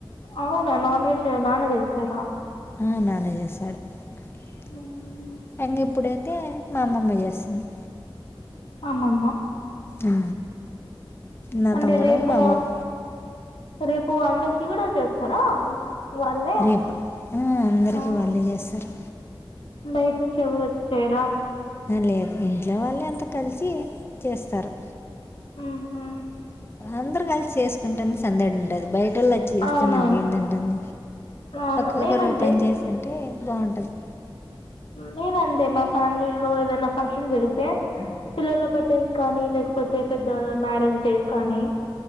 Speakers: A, on the left; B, on the left.
A: అవునా నాన్ వెజ్ నాన్న చేస్తారా.
B: ఆ నానే చేస్తాడు, <unintelligible>
A: మ్మ్.
B: ఇప్పుడే. అయితే మా అమ్మమ్మ చేస్తుంది.
A: అమ్మమ్మ.
B: ఆ నా
A: అంటే
B: తమ్ముడు
A: రేపు
B: మా అమ్మమ్మ
A: రేపు అందరికి కూడా చేస్తారా. వాళ్ళే
B: రేపా, ఆఅందరికి
A: ఆ,
B: వాళ్ళే చేస్తారు.
A: బయట నుంచి ఎవరు వచ్చి చేయరా.
B: లేదు ఇంట్లో వాళ్ళ అంతా కలిసి చేస్తారు.
A: హుహు
B: అందరుూ కలిసి చేసుకుంటేనే సందడి ఉంటుది. బయట. బయటోళ్లు వచ్చి చేస్తే
A: అవునవును
B: మనకి ఏంది ఉంటుంది.
A: అవును
B: ఒక్కొక్కరు
A: మేమంతే
B: పని చేస్తా. అంటే బాగుంటుంది.
A: మేము అంతే మా ఫ్యామిలీలో ఏదైనా ఫంక్షన్ జరిగితే పిల్లల బర్త్డేస్ కానీ లేకపోతే. అతే పెద్దవాళ్ళ మ్యారేజ్ డేస్, కానీ